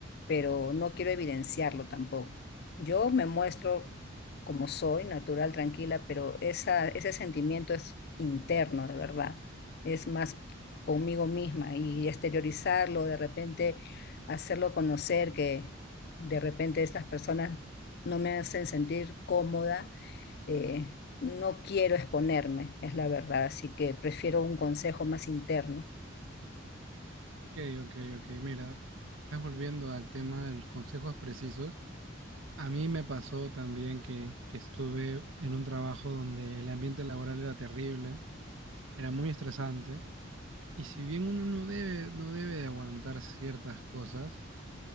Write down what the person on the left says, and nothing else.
pero no quiero evidenciarlo tampoco. Yo me muestro como soy, natural, tranquila, pero esa, ese sentimiento es interno, de verdad. Es más conmigo misma y exteriorizarlo, de repente hacerlo conocer que de repente estas personas no me hacen sentir cómoda. eh, no quiero exponerme, es la verdad, así que prefiero un consejo más interno.